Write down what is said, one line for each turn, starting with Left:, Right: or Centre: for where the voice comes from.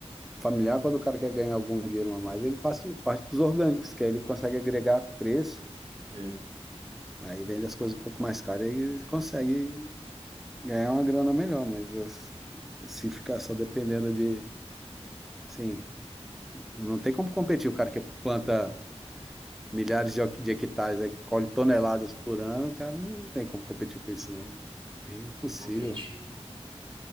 Centre: familiar, quando o cara quer ganhar algum dinheiro a mais, ele passa parte para os orgânicos, que aí ele consegue agregar preço,
Right: né?
Centre: aí vende as coisas um pouco mais caras e ele consegue ganhar uma grana melhor, mas as- se ficar só dependendo de, sim, não tem como competir. O cara que planta milhares de, hec- de hectares, aí colhe toneladas por ano, o cara não tem como competir com isso,
Right: É,
Centre: não. É impossível.
Right: realmente.